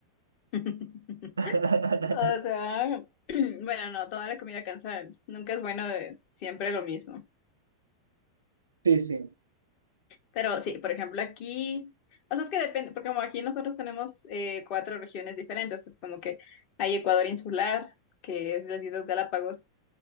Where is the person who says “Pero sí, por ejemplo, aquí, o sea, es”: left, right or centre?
Left